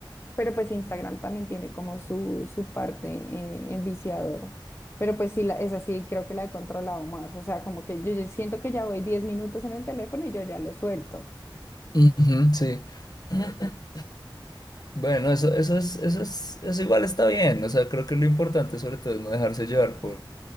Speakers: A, on the left; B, on the left.
A: pero pues Instagram también tiene como su, su parte eh, enviciadora. Pero pues sí, la, es así, creo que la he controlado más. O sea, como que yo, yo siento que ya voy 10 minutos en el teléfono y yo ya lo suelto.
B: Ujú, sí. <clears throat> Bueno, eso, eso es, eso es, eso igual está bien. O sea, creo que lo importante sobre todo es no dejarse llevar por